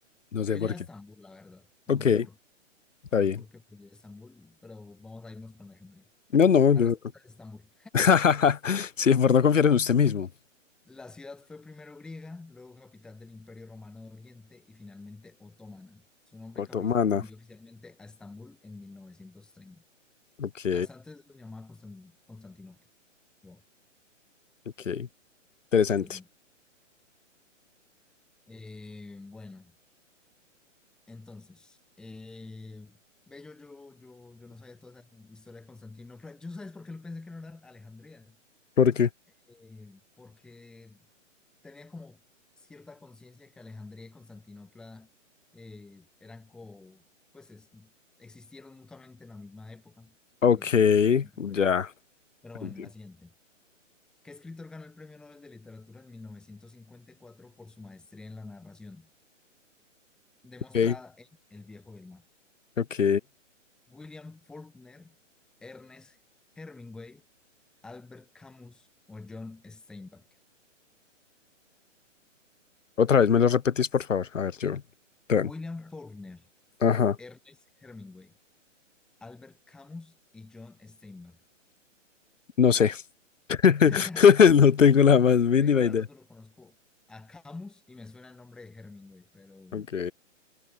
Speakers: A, on the left; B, in the centre.
A: No
B: Yo
A: sé
B: iría
A: por
B: a
A: qué.
B: Estambul, la verdad. No
A: Ok,
B: sé por qué.
A: está
B: No
A: bien.
B: sé por qué pero iría a Estambul, pero vamos a irnos con la gente.
A: No, no,
B: La
A: yo.
B: respuesta es Estambul.
A: <laughs> Sí, por no confiar en usted mismo.
B: La ciudad fue primero griega, luego capital del Imperio Romano de Oriente y finalmente otomana. Su nombre
A: Otomana.
B: cafi- cambió oficialmente a Estambul en 1930.
A: Ok,
B: ¿Sabes? Antes lo llamaba Constan- Constantinopla. Wow,
A: ok. Interesante.
B: interesante. Eh, bueno. Entonces, eh, ve, yo, yo, yo, yo no sabía toda esa historia de Constantinopla. ¿Yo sabes por qué lo pensé que no era Alejandría?
A: ¿Por qué?
B: Eh, porque tenía como cierta conciencia de que Alejandría y Constantinopla eh, eran co, pues es- existieron mutuamente en la misma época.
A: Ok,
B: Entonces, como que por eso.
A: ya.
B: Pero bueno,
A: entiendo.
B: la siguiente. ¿Qué escritor ganó el Premio Nobel de Literatura en 1954 por su maestría en la narración, demostrada
A: Ok,
B: en El Viejo del Mar?
A: ok.
B: William Faulkner, Ernest Hemingway, Albert Camus o John Steinbeck.
A: Otra vez me lo repetís, por favor. A ver, yo. Tan.
B: William Ah, Faulkner,
A: Ajá.
B: Ernest Hemingway, Albert Camus y John Steinbeck.
A: No sé. <laughs>
B: <laughs>
A: No tengo la más mínima
B: Yo ahí la
A: idea.
B: verdad solo conozco a Camus y me suena el nombre de Hemingway, pero
A: Ok,